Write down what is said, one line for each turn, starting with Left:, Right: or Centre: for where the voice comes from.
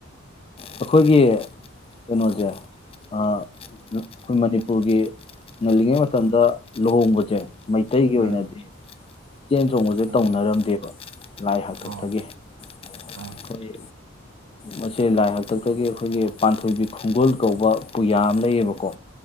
Left: ꯑꯩꯈꯣꯏꯒꯤ ꯀꯩꯅꯣꯖꯦ ꯑ ꯑꯈꯣꯏ ꯃꯅꯤꯄꯨꯔꯒꯤ ꯉꯜꯂꯤꯉꯩ ꯃꯇꯝꯗ ꯂꯨꯍꯣꯡꯕꯁꯦ ꯃꯩꯇꯩꯒꯤ ꯑꯣꯏꯅꯗꯤ
Right: ꯎꯝ
Left: ꯆꯦꯟ ꯆꯣꯡꯕꯁꯦ
Right: ꯎꯝ
Left: ꯇꯧꯅꯔꯝꯗꯦꯕ ꯂꯥꯏ ꯍꯥꯛꯇꯣꯛꯇꯒꯤ
Right: ꯑꯣ
Left: ꯑꯩꯈꯣꯏ
Right: ꯑꯣ
Left: ꯃꯁꯤꯁ ꯂꯥꯏ ꯍꯛ ꯍꯥꯛꯇꯛꯇꯒꯤ ꯑꯩꯈꯣꯏꯒꯤ ꯄꯥꯟꯊꯣꯏꯕꯤ ꯈꯨꯡꯒꯨꯜ ꯀꯧꯕ ꯄꯨꯌꯥ ꯑꯃ ꯂꯩꯌꯦꯕꯀꯣ